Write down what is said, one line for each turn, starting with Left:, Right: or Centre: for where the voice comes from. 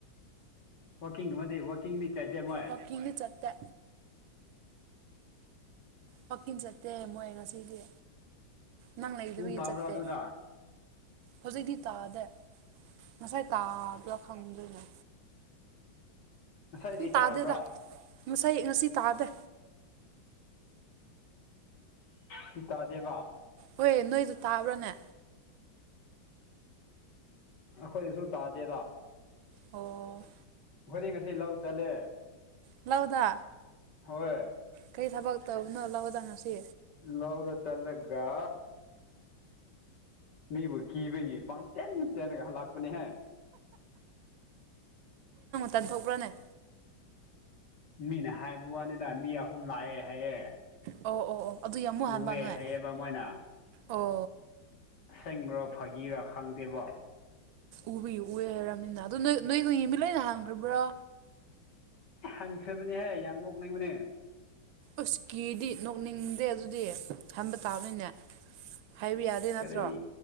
Left: ꯋꯥꯣꯀꯤꯡ ꯃ ꯋꯥꯣꯀꯤꯡꯅꯤ ꯆꯥꯖ ꯑꯃ
Right: ꯋꯥꯛꯀꯤꯡꯗꯤ ꯆꯠꯇꯦ ꯍꯀꯤꯡ ꯆꯠꯇꯦ ꯃꯣꯏ ꯉꯁꯤꯗꯤ ꯅꯪ ꯂꯩꯗꯒꯤ
Left: ꯅꯣꯡ ꯇꯥꯕ꯭ꯔꯥ
Right: ꯆꯠꯇꯦ
Left: ꯑꯗꯨꯗ
Right: ꯍꯧꯖꯤꯛꯇꯤ ꯇꯥꯗꯦ ꯉꯁꯥꯏ ꯇꯥꯕ꯭ꯔꯥ ꯈꯪꯗꯣꯏꯅꯦ
Left: ꯉꯁꯥꯏꯗꯤ
Right: ꯁꯨꯝ ꯇꯥꯗꯦꯗ
Left: ꯇꯥꯔꯝꯕ꯭ꯔꯣ
Right: ꯉꯁꯥꯏ ꯉꯁꯤ ꯇꯥꯗ
Left: ꯁꯤꯇꯥ ꯗꯦꯕ
Right: ꯍꯣꯏꯦ ꯅꯣꯏꯗ ꯇꯥꯕ꯭ꯔꯣꯅꯦ
Left: ꯑꯩꯈꯣꯏꯁꯨ ꯇꯥꯗꯦꯗ
Right: ꯑꯣ
Left: ꯍꯣꯔꯦꯟ ꯉꯁꯤ ꯂꯥꯎ ꯆꯠꯂꯦ
Right: ꯂꯧ ꯂꯧꯗꯥ
Left: ꯍꯣꯏ
Right: ꯀꯔꯤ ꯊꯕꯛꯛꯇꯧꯅꯣ ꯂꯧꯗꯪ ꯉꯁꯤ
Left: ꯂꯧꯗ ꯆꯂꯒ ꯅꯕꯨꯣ ꯀꯕ ꯄꯥꯡ ꯆ ꯆꯅꯒ ꯂꯥꯛꯄꯅꯤꯍ
Right: ꯇꯟꯊꯣꯛꯄ꯭ꯔꯅꯦ
Left: ꯃꯤꯅꯦ ꯍꯥꯏꯕ ꯋꯥꯅꯤꯗ ꯃꯤ ꯑꯍꯨꯝ ꯂꯥꯛꯑꯦ ꯍꯥꯏꯌꯦꯦ
Right: ꯑꯣ ꯑꯣ ꯑꯣ ꯑꯗꯨ ꯌꯥꯝ ꯃꯨꯛ
Left: ꯄꯨꯑꯦ
Right: ꯍꯟꯕ ꯅꯣꯏ
Left: ꯍꯥꯏꯩꯌꯦꯕ ꯃꯣꯏꯅ
Right: ꯑꯣ
Left: ꯑꯁꯪꯕ꯭ꯔꯣ ꯐꯥꯒꯤꯔ ꯈꯪꯗꯦꯕꯣ
Right: ꯎꯕꯤꯌꯨ ꯎ ꯍꯥꯏꯔꯕꯅꯤꯅ ꯑꯗꯨ ꯅꯣꯏ ꯅꯣꯏ ꯅꯒꯤ ꯃꯤꯠꯣꯏ ꯑꯣꯏꯅ ꯍꯥꯡꯗ꯭ꯔꯕ꯭ꯔꯣ
Left: ꯍꯟꯈ꯭ꯔꯦꯕꯅꯦꯍ ꯍꯥꯏ ꯌꯥꯝ ꯂꯣꯛꯅꯩꯕꯅꯦ
Right: ꯎꯁꯀꯤꯗꯤ ꯅꯣꯛꯅꯤꯡꯗꯦ ꯑꯗꯨꯗꯤ ꯍꯕ ꯇꯥꯕꯅꯤꯅꯦ ꯍꯥꯏꯕ ꯌꯥꯗꯦ ꯅꯠꯇ꯭ꯔꯣ
Left: ꯀꯔꯤ